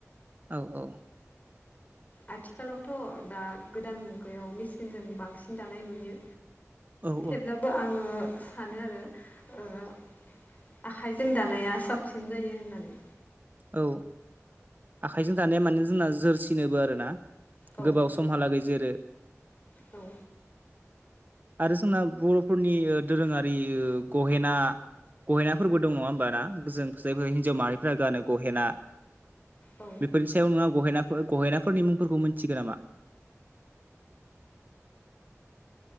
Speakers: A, on the right (about 35°); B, on the left (about 30°).
A: औ औ
B: आथिखालावथ' दा गोदान मुगायाव मेचिनजों बांसिन दानाय नुयो।
A: औ
B: थेवब्लाबो
A: औ
B: आङो सानो आरो ओ आखाइजों दानाया साबसिन जायो होननानै।
A: औ आखाइजों दानाया माने जोंना जोरसिनोबो आर ना
B: औ
A: गोबाव समहालागै जोरो।
B: औ
A: आरो जोंना बर'फोरनि दोरोङारि ओ गहेना गहेनाफोरबो दं नङा होमबा ना? जों जायफोर हिन्जाव माहारिफोरा गानो गहेना।
B: औ
A: बेफोरनि सायाव नोंङा गहेनाफोर गहेनाफोरनि मुंफोरखौ मोनन्थिगोन नामा?